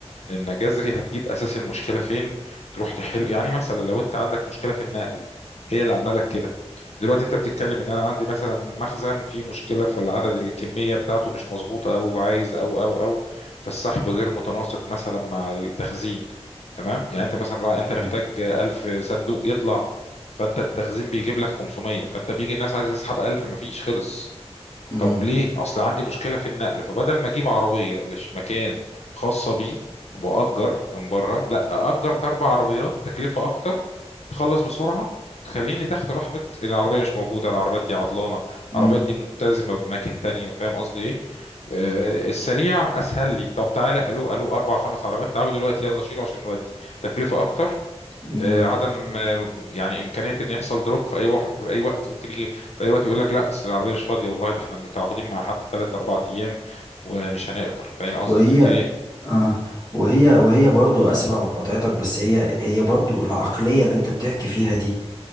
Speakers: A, on the left; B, on the left.
A: ان جذري هتجيب اساس المشكله فين تروح تحل يعني مثلا لو انت عندك مشكله في النقل هي اللي عامله لك كده دلوقتي انت بتتكلم ان انا عندي مثلا مخزن فيه مشكله في العدد الكميه بتاعته مش مظبوطه او عايز او او او فالسحب غير متناسق مثلا مع التخزين تمام يعني انت مثلا
B: مم.
A: انت محتاج 1000 صندوق يطلع فانت التخزين بيجيب لك 500 فانت بيجي الناس عايزه تسحب 1000 مفيش خلص
B: مم.
A: طب ليه اصل عندي مشكله في النقل فبدل ما اجيب عربيه لش مكان خاصه بيه واجر من بره لا اجر اربع عربيات تكلفه اكتر تخلص بسرعه تخليني تحت رحمه العربيه مش موجوده العربيات دي عطلانه
B: مم.
A: العربيات دي ملتزمه بأماكن تانية فاهم قصدي ايه آه، السريع اسهل لي طب تعالى الو الو اربع خمس عربيات تعالوا دلوقتي يلا شيلوا عشان نودي تكلفه اكتر
B: مم.
A: آه، عدم آه، يعني امكانيه ان يحصل دروب في اي وح... في اي وقت ممكن يجي في اي وقت يقول لك لا اصل العربيه مش فاضيه والله ده احنا متعاقدين مع حد ثلاث اربع ايام ومش هنقدر فاهم قصدي
B: وهي
A: تبتدي
B: آه وهي وهي برضو اسف على مقاطعتك بس هي هي برضو العقلية اللي انت بتحكي فيها دي